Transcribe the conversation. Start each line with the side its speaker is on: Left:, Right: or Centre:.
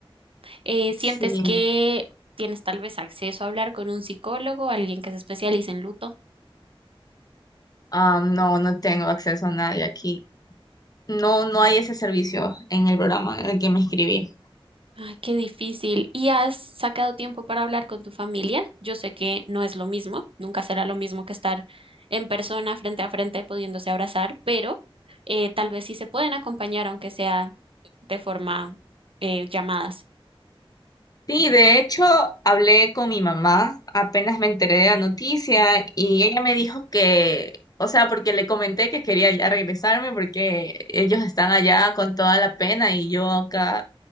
Right: Eh, ¿sientes
Left: Sí.
Right: que tienes tal vez acceso a hablar con un psicólogo, alguien que se especialice en luto?
Left: Ah, no, no tengo acceso a nadie aquí No, no hay ese servicio en el programa en el que me inscribí.
Right: Ay, qué difícil. ¿Y has sacado tiempo para hablar con tu familia? Yo sé que no es lo mismo, nunca será lo mismo que estar en persona, frente a frente, pudiéndose abrazar, pero eh, tal vez sí se pueden acompañar, aunque sea de forma eh, llamadas.
Left: Sí, de hecho, hablé con mi mamá, apenas me enteré de la noticia y ella me dijo que, o sea, porque le comenté que quería ya regresarme porque ellos están allá con toda la pena y yo acá